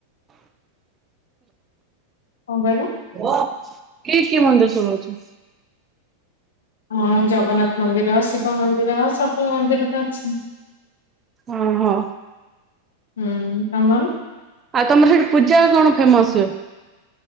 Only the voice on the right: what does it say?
କିଏ କିଏ ମନ୍ଦିର ସବୁ ଅଛି।
ଓହୋ
ଆଉ ତମର ସେଇଠି ପୂଜା କଣ ଫେମସ।